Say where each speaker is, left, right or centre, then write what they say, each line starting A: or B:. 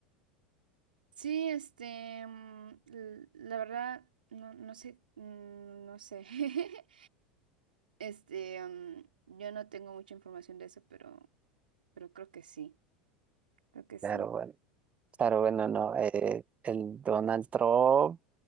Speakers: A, on the right; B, on the right.
A: Sí, este, mm, l- la verdad, no, no sé, mm, no sé. <laughs> Este, mm, yo no tengo mucha información de eso, pero, pero creo que sí, creo que sí.
B: Claro, bueno, claro, bueno, no. eh, el Donald Trump,